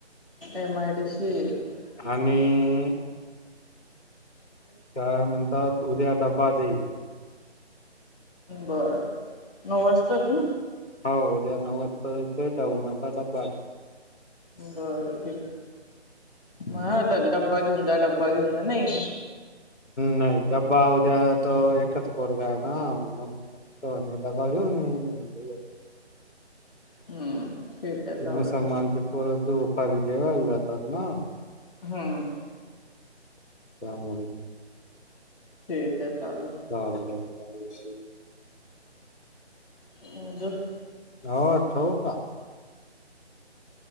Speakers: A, on the left (about 30°); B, in the centre.
A: MI डीशीत -
B: आणि काय म्हणतात. उद्या डब्बा देईल.
A: बर नऊ वाजता येत ना.
B: हो उद्या नऊ वाजता ते <unintelligible>
A: बरं ठीक म्हटल डब - डबा घेऊन जा डब्बा घेऊन जा नाही!
B: नाही डब्बा उद्या त एकच पोरग आहे ना, म्हणून म्हणतो डबा घेऊन येऊन म्हणत.
A: हम्म ठीक आहे चालेल
B: ते मुसलमानचे पर दू - पर जेवायला जातात ना!
A: हम्म
B: समजल. <unintelligible>
A: ठीक आहे. चालेल
B: <unintelligible>
A: हां जोप.
B: हो ठेऊ का!